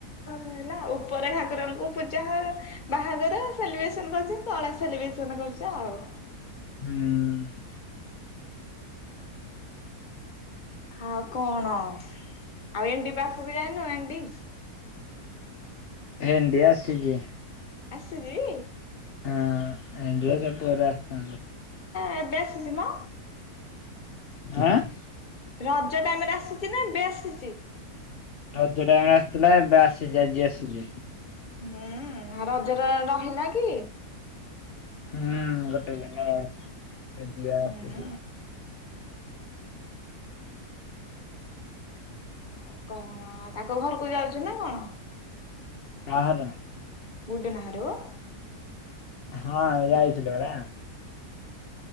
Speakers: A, on the left; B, on the left.
A: ହେଲା ଉପରେ ଠାକୁରଙ୍କୁ ପୂଜା ହୋ ବାହାଘର ସେଲିବ୍ରେସନ କରୁଛି ତଳା ସେଲିବ୍ରେସନ କରୁଛି ଆଉ।
B: ହୁଁ
A: ଆଉ କଣ ଆଉ ଏଣ୍ଡି ପାଖ ବି ଯାାଇନ ଏଣ୍ଡି
B: ଣ୍ଡିଆ ସଜିି
A: ଆସଛି
B: ହଁ ଆଇଟକେ ପରା ଆସ
A: ଏ ବେଶ ଅଛିମା
B: ଆ <inaudible>
A: ରଜ ଟାଇମରେ ଆସିଛି ନା ଏବେ ଆସିଛି
B: ହଜାର ଟଙ୍କ ଆସିଥିଲା ଏବେ ଆସିଛି ଆଜି ଆସିଛି,
A: ହୁଁ ଆ ରଜରେ ରହିଲା କି
B: ହୁଁ ଗୋଟେ ଜିନ ଆଲିି ହିଲ
A: ହୁଁ ଆଉ କଣ ତାଙ୍କ ଘରକୁ ଯାଉଛୁ ନା କଣ
B: କାହ ନା
A: ବୁଡ଼ ନାରୁ
B: ହଁ ଯାଇଥିଲୁ ବରା